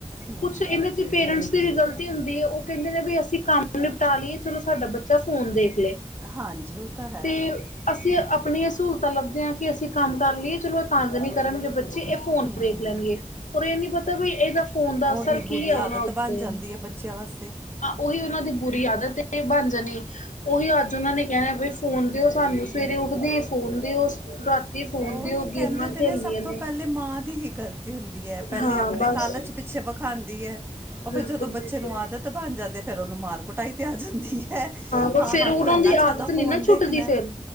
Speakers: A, on the right (about 15°); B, on the left (about 70°).
A: ਹੂੰ
B: ਕੁਛ ਇਹਨਾਂ ਚ ਪੇਰੈਂਟਸ ਦੀ ਵੀ ਗਲਤੀ ਹੁੰਦੀ ਹੈ ਉਹ ਕਹਿੰਦੇ ਨੇ ਵੀ ਅਸੀਂ ਕੰਮ ਨਿਪਟਾ ਲਈਏ ਚਲੋ ਸਾਡਾ ਬੱਚਾ ਫੋਨ ਦੇਖ ਲਏ
A: ਹਾਂਜੀ ਉਹ ਤਾਂ ਹੈ
B: ਤੇ ਅ ਆਪਣੀਆਂ ਸਹੂਲਤਾਂ ਲੱਭਦੇ ਆ ਕਿ ਅਸੀਂ ਕੰਮ ਕਰ ਲਈਏ ਚਲੋ ਤੰਗ ਨਹੀ ਕਰਨਗੇ ਬ ਅ ਇਹ ਫੋਨ
A: ਹੂੰ
B: ਵੇਖ
A: ਹੂੰ
B: ਲੈਣਗੇ ਰ ਇਹ ਨੀ ਪਤਾ ਬ ਇਹਦਾ ਫੋਨ ਦਾ ਅਸਰ
A: ਉਹੀ
B: ਕੀ
A: ਬੁਰੀ
B: ਆ ਉਹਨਾਂ
A: ਆਦਤ
B: ਉੱਤੇ
A: ਬਣ ਜਾਂਦੀ ਹੈ ਬੱਚਿਆਂ ਵਾਸਤੇ
B: ਉਹੀ ਉਹਨਾਂ ਦੀ ਬੁਰੀ ਆਦਤ ਤੇ ਬਣ ਜਾਣੀ ਉਹੀ ਅੱਜ ਉਹਨਾਂ ਨੇ ਕਹਿਣਾ ਵੀ ਫੋਨ ਦਿਓ ਸਾਨੂੰ ਸਵੇਰੇ ਉੱਠਦੇ ਫੋਨ ਦਿਓ ਫੋਨ
A: ਉਹੀ
B: ਦਿਓ ਗੇਮਾਂ
A: ਕਹਿੰਦੇ
B: ਖੇਲਣੀਆਂ
A: ਤੇ ਨੇ ਸਭ ਤੋਂ ਪਹਿਲੇ ਮਾਂ ਦੀ ਹੀ ਗਲਤੀ ਹੁੰਦੀ ਹੈ ਪਹਿਲੇ
B: ਹਾਂ
A: ਆਪਣੇ
B: ਬਸ
A: ਲਾਲਚ ਪ ਵਿਖਾਉਦੀ ਉਹ ਫਿਰ
B: ਬਿਲਕੁਲ
A: ਜਦੋਂ
B: ਬਿਲਕੁਲ
A: ਬੱਚੇ ਨੂੰ ਆਦਤ ਤਾਂ ਬਣ ਜਾਂਦੇ ਫ਼ੇਰ ਉਹਨੂੰ ਮਾਰ ਕੁਟਾਈ ਤੇ ਆ ਜਾਂਦੀ ਹੈ
B: ਪਰ
A: ਹਾਂ
B: ਫੇਰ
A: ਹਾਂ
B: ਉਹਨਾਂ
A: ਤੂੰ ਇੰਨਾ
B: ਦੀ
A: ਜ਼ਿਆਦਾ
B: ਆਦਤ ਨੀ
A: ਫੋਨ
B: ਨਾ ਛੁੱਟਦੀ
A: ਦੇਖਣਾ
B: ਫੇਰ